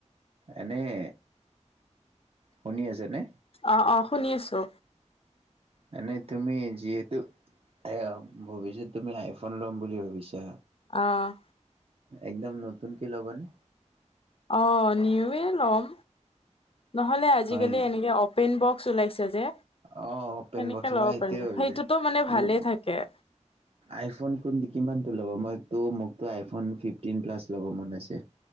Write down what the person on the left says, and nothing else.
অ, অ, শুনি আছো।
অঁ।
অ' নিওয়ে ল'ম। নহলে আজিকালি
এনেকে অপেন বক্স ওলাইছে যে।
সেনেকে
ল'ব
পাৰি,
সেইটোতো মানে ভালে
থাকে।